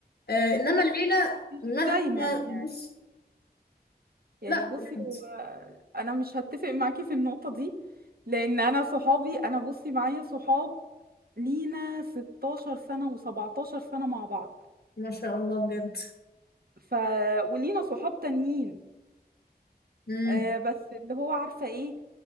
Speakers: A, on the left; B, on the right.
A: آه انما
B: بص
A: العيلة
B: مش
A: مهما
B: دايما يعني
A: بص
B: يعني
A: لا
B: بصي
A: بالحمد
B: هو أنا مش هتفق معاكي في النقطة دي لأن أنا صحابي أنا بصي معايا صحاب لينا 16 سنة و17 سنة مع بعض
A: ما شاء الله بجد
B: ف ولينا صحاب تانيين
A: امم
B: آه بس اللي هو عارفة ايه